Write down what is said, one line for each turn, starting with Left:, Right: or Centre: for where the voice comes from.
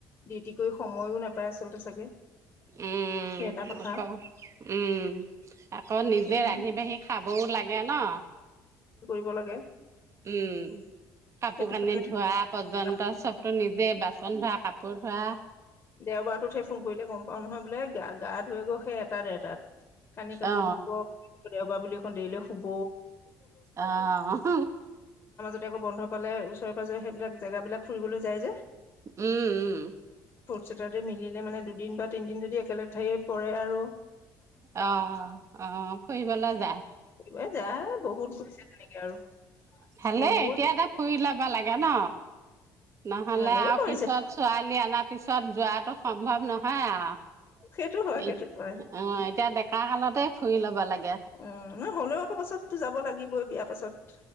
Left: ডিউটি কৰি সময়ো নাপায় আচলতে চাগে
Right: উম
Left: সেইটা কথা
Right: আকৌ উম আকৌ নিজে
Left: মানে
Right: ৰান্ধি বাঢ়ি খাবও লাগে ন।
Left: দিব লাগে
Right: উম কাপোৰ
Left: সেইটো
Right: কানি
Left: কাৰণে
Right: ধোৱা পৰ্যন্ত
Left: আপুনি
Right: চবতো নিজে বাচন ধোৱা কাপোৰ ধোৱা
Left: দেওবাৰটোতহে ফোন কৰিলে গম পাও নহয় বোলে গা গা ধুৱে গল সেই এটাত এটাত কানি ক
Right: অ
Left: ধুব দেওবাৰ বুলি একণ দেৰিলে শুব
Right: আহ
Left: তেতিয়া আকৌ বন্ধ পালে ওচৰে পাজৰে সেইবিলাক জেগাবিলাক ফুৰিবলৈ যায় যে
Right: উম উম
Left: চেটাৰদে মিলিলে মানে দুদিন বা তিনদিন যদি একেলগ ঠাইে পৰে আৰু
Right: অ অ ফুৰিবলৈ যা
Left: ব যাই বহুত গৈছে তেনেকে আৰু
Right: ভালে
Left: বহুত
Right: এতিয়া এটা ফুৰি লবা লাগে ন নহলে
Left: ভালেই
Right: আৰু
Left: কৰিছে
Right: পিছত ছোৱালী অনাৰ পিছত যোৱাটো সম্ভৱ নহয় আৰু
Left: সেইটো হয় সেইটো হয়
Right: অ এতিয়া দে ডেকা কালতে ফুৰি ল'ব লাগে
Left: উম নহলেও অকৌ পাছতো যাব লাগিবই বিয়া তাৰপাছত